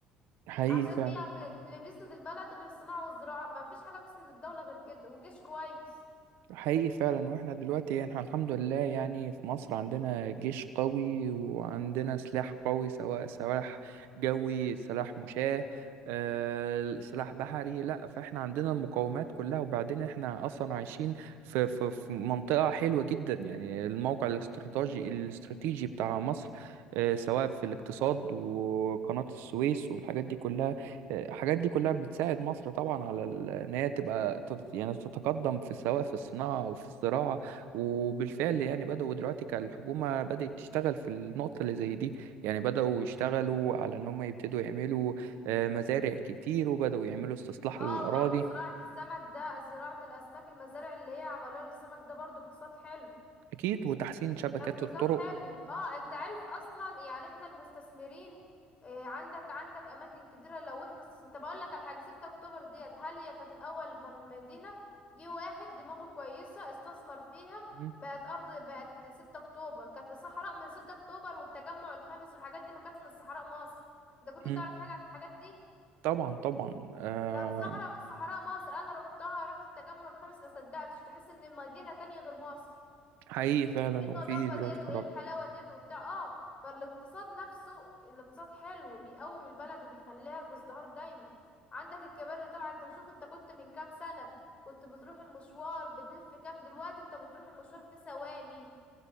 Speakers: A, on the right; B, on the left.
A: حقيقي
B: عشان
A: فعلا
B: هي غ- اللي بيسند البلد غير الصناعة والزراعة ما فيش حاجة بتسند الدولة غير كده وجيش كويس
A: حقيقي فعلا واحنا دلوقتي يعني احنا الحمد لله يعني في مصر عندنا جيش قوي وعندنا سلاح قوي سواء سلاح جوي سلاح مشاة آه، سلاح بحري لا فاحنا عندنا المقومات كلها وبعدين احنا اصلا عايشين في في في منطقة حلوة جدا يعني الموقع الاستراتيجي الاستراتيجي بتاع مصر آه، سواء في الاقتصاد وقناة السويس والحاجات دي كلها الحاجات دي كلها بتساعد مصر طبعا على ال- ان هي تبقى تت- يعني تتقدم في سواء في الصناعه وفي الزراعه وبالفعل يعني بداوا دلوقتي كالحكومه بدات تشتغل في النقطه اللي زي دي يعني بداوا يشتغلوا على ان هم يبتدوا يعملوا آه، مزارع كتير وبداوا يعملوا استصلاح
B: اه
A: للاراضي
B: وبرضو زراعة السمك ده زراعة الأسماك المزارع اللي هي عملوها للسمك ده برضو اقتصاد حلو
A: اكيد وتحسين شبكات
B: اقتصاد
A: الطرق
B: حلو اه انت عارف اصلا يعني احنا المستثمرين آه عندك عندك اماكن كتيره لو احنا استثمر طب اقول لك على حاجه 6 اكتوبر ديت هل هي كانت الاول من مدينه جه واحد دماغه كويسه استثمر فيها
A: مم.
B: بقت ارض بقت 6 اكتوبر كانت صحراء من 6 اكتوبر والتجمع الخامس والحاجات دي ما كانتش من صحراء مصر انت كنت
A: مم.
B: تعرف حاجه عن الحاجات دي
A: طبعا طبعا آه،
B: كانت صحراء من صحراء مصر انا رحتها رحت التجمع الخامس ما صدقتش تحس ان مدينه تانية غير مصر
A: حقيقي فعلا وفي
B: النظافة
A: دلوقتي
B: ديت
A: حاجات
B: وايه الحلاوة ديت وبتاع اه فالاقتصاد نفسه الاقتصاد حلو بيقوم البلد وبيخليها في ازدهار دايما عندك الكبار اللي طالعه انت شوف انت كنت من كام سنة كنت بتروح المشوار بتلف كام دلوقتي انت بتروح المشوار في ثواني